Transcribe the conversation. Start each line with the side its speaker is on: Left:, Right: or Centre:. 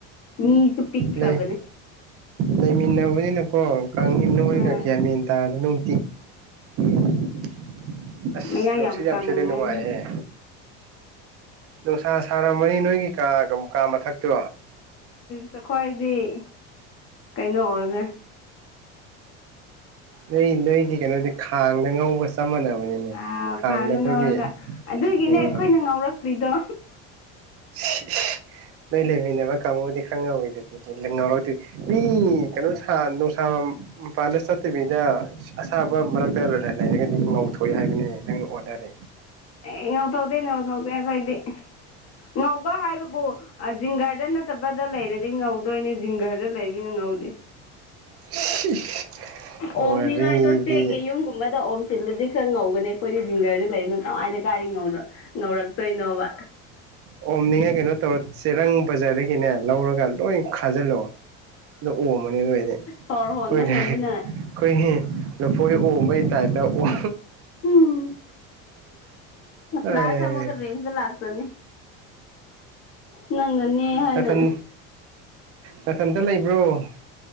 Left: ꯃꯤꯁꯨ ꯄꯤꯛꯈ꯭ꯔꯕꯟ
Right: ꯂꯩ ꯂꯩꯃꯤꯟꯅꯕꯅꯤꯅꯀꯣ ꯀꯪꯉꯤ ꯅꯣꯏꯔ
Left: ꯎꯝ
Right: ꯒ꯭ꯌꯥꯟ ꯃꯦꯟ ꯇꯥꯗ‌ꯦ ꯅꯨꯡ <unintelligible> ꯑꯁ
Left: ꯃꯌꯥꯡ
Right: ꯅꯨꯡꯁꯤꯠ ꯌꯥꯝ
Left: ꯀꯪꯉꯦ
Right: ꯁꯤꯠꯂ‌ꯦ ꯅꯨꯡꯉꯥꯏꯌ‌ꯦ ꯅꯨꯡꯁꯥ ꯁꯥꯔꯝꯃꯅꯤ ꯅꯣꯏꯒꯤ ꯀꯥ ꯀꯥ ꯃꯊꯛꯇꯣ
Left: ꯆꯈꯣꯏꯗꯤ ꯀꯩꯅꯣ ꯑꯣꯏꯕꯅ‌ꯦ
Right: ꯅꯣꯏ ꯅꯣꯏꯒꯤ ꯀꯩꯅꯣꯗꯤ ꯈꯥꯡꯗ ꯉꯧꯕ ꯆꯞ ꯃꯥꯟꯅꯕ ꯕꯅꯤꯅꯦ
Left: ꯑꯥ
Right: ꯈꯥꯡꯗ ꯑꯩꯈꯣꯏꯒꯤ
Left: ꯉꯧꯔꯒ ꯑꯗꯨꯒꯤꯅꯦ
Right: ꯑꯣ
Left: ꯑꯩꯈꯣꯏꯅ ꯉꯧꯔꯛꯇ꯭ꯔꯤꯗꯣ
Right: ꯏꯁ ꯏꯁ ꯅꯣꯏ ꯂꯩꯃꯤꯟꯅꯕ ꯀꯥꯡꯕꯨꯗꯤ ꯈꯪꯉꯧꯋꯤꯗꯨꯗꯤ ꯂ ꯉꯧꯔꯛꯇꯣꯏ ꯔꯤ ꯀꯩꯅꯣ ꯁꯥ ꯅꯨꯡꯁꯥ ꯃ ꯃꯄꯥꯟꯗ ꯆꯠꯇꯕꯤꯗ ꯑ ꯑꯁꯥꯕ ꯃꯔꯛ ꯇ ꯂꯩ ꯂꯩꯔꯒꯗꯤ ꯉꯧꯊꯣꯑꯦ ꯍꯥꯏꯕꯅꯦ ꯅꯪ ꯑꯣꯟꯅꯔ‌ꯦ
Left: ꯑꯦ ꯉꯧꯊ‌ꯣꯗꯦ ꯉꯧꯊ‌ꯣꯗꯦ ꯑꯩꯈ‌ꯣꯏꯗꯤ ꯉꯧꯕ ꯍꯥꯏꯕꯕꯨ ꯑꯥ ꯖꯤꯡꯒꯗ ꯅꯠꯇꯕꯗ ꯂꯩꯔꯗꯤ ꯉꯧ ꯗ‌ꯣꯏꯅꯦ ꯖꯤꯡꯒꯔꯗ ꯂꯩꯕꯅꯤꯅ ꯉꯧꯗꯦ
Right: <inaudible> ꯋꯥꯔꯤꯗꯤ
Left: ꯑꯣꯝꯅꯤꯉꯥꯏꯗꯣ ꯆꯦꯛꯀꯤ ꯌꯨꯝ ꯀꯨꯝꯕꯗ ꯑꯣꯝ ꯁꯤꯜꯂꯨꯗꯤ ꯈꯔ ꯉꯧꯒꯅꯤ ꯑꯩꯈꯣꯏꯗꯤ ꯖꯤꯡꯒꯔꯗ ꯂꯩꯕꯅ ꯀꯃꯥꯏꯅ ꯀꯥꯏꯗꯩ ꯉꯧꯔ‌ꯣ ꯉꯧꯔꯛꯇꯣꯏꯅꯣꯕ
Right: ꯑꯣꯝꯅꯤꯉꯥꯏ ꯀꯩꯅꯣ ꯇꯧꯔꯣ ꯆꯦꯔꯪ ꯕꯖꯥꯔꯗꯒꯤꯅꯦ ꯂꯧꯔꯒ ꯂꯣꯏ ꯈꯥꯖꯤꯜꯂ‌ꯣ ꯗꯨ ꯑꯣꯝꯃ‌ꯣꯅ‌ꯦ ꯑꯗꯨ ꯑꯣꯏꯗꯤ
Left: ꯁꯣꯔ ꯍꯣꯟꯕ
Right: ꯈ‌ꯣꯏ
Left: ꯉꯝꯗꯅ
Right: <unintelligible> ꯈꯣꯏꯒꯤ ꯂꯐꯣꯏ ꯑꯣꯝꯕꯩ ꯇꯥꯏꯞꯇ ꯑꯣꯝ
Left: ꯎꯝ
Right: ꯑꯥꯏ
Left: ꯂꯥꯁꯇ <unintelligible> ꯂꯥꯛꯆꯅꯤ ꯅꯪꯅꯅꯦ ꯍꯥꯏꯅ
Right: ꯅꯥꯊꯟ ꯅꯊꯟꯇ ꯂꯩꯕ꯭ꯔꯣ